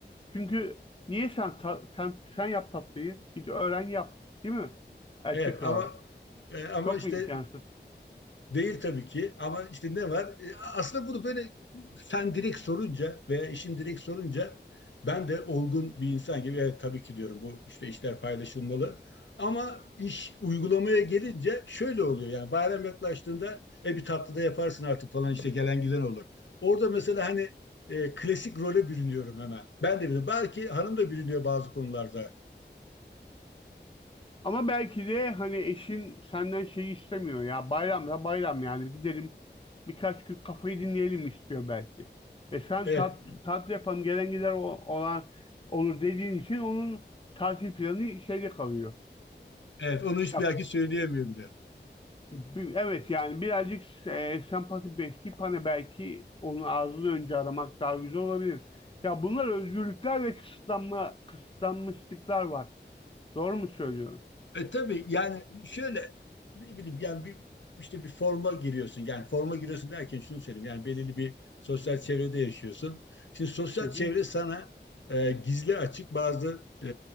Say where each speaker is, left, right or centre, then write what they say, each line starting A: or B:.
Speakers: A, on the left; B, on the left.
A: Çünkü niye sen ta- sen sen yap tatlıyı? Git öğren yap, değil mi? Erkek
B: Evet
A: olarak.
B: ama e, ama
A: Çok
B: işte
A: mu imkansız?
B: Değil tabii ki ama işte ne var? E, Aslında bunu böyle sen direkt sorunca veya işin direkt sorunca ben de olgun bir insan gibi evet tabii ki diyorum bu işte işler paylaşılmalı. Ama iş uygulamaya gelince şöyle oluyor yani bayram yaklaştığında e bir tatlı da yaparsın artık falan işte gelen giden olur. Orada mesela hani e, klasik role bürünüyorum hemen. Ben de biliyorum. Belki hanım da bürünüyor bazı konularda.
A: Ama belki de hani eşin senden şey istemiyor ya bayram da bayram yani gidelim birkaç gün kafayı dinleyelim istiyor belki. Ve sen
B: Evet,
A: tat, tat yapalım gelen gider o, olan olur dediğin için onun tatil planı şeyde kalıyor.
B: evet onu hiç
A: Ya
B: belki söyleyemiyor bile.
A: Bir- Evet yani birazcık e, sempati besleyip hani belki onun ağzını önce aramak daha güzel olabilir. Ya bunlar özgürlükler ve kısıtlanma kısıtlanmışlıklar var. Doğru mu söylüyorum?
B: E tabii yani şöyle ne bileyim yani bir işte bir forma giriyorsun. Yani forma giriyorsun derken şunu söyleyeyim. Yani belirli bir sosyal çevrede yaşıyorsun. Şimdi sosyal
A: Hı hı.
B: çevre sana e, gizli açık bazı e,